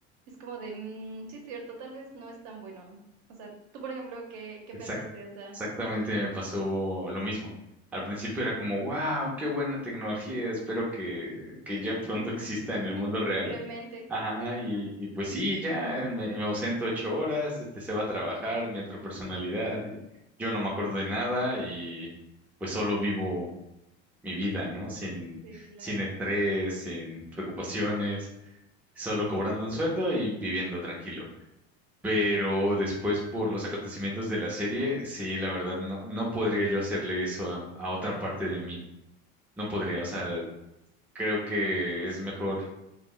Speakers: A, on the right (about 60°); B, in the centre.
A: es como de, mm, sí, es cierto, tal vez no es tan bueno. O sea, tú, por ejemplo, ¿qué, qué
B: Exact-
A: pensaste? O sea,
B: exactamente me pasó lo mismo. Al principio era como, wow, qué buena tecnología, espero que, que ya pronto exista en
A: <laughs>
B: el mundo real.
A: simplemente.
B: Ajá,
A: Ajá,
B: y, y pues sí, ya me, me ausento ocho horas, este se va a trabajar, mi otra personalidad, y yo no me acuerdo de nada y pues solo vivo mi vida, ¿no? Sin,
A: Sí, claro.
B: sin estrés, sin preocupaciones, solo cobrando un sueldo y viviendo tranquilo. Pero después por los acontecimientos de la serie, sí, la verdad, no, no podría yo hacerle eso a, a otra parte de mí. No podría, o sea, creo que es mejor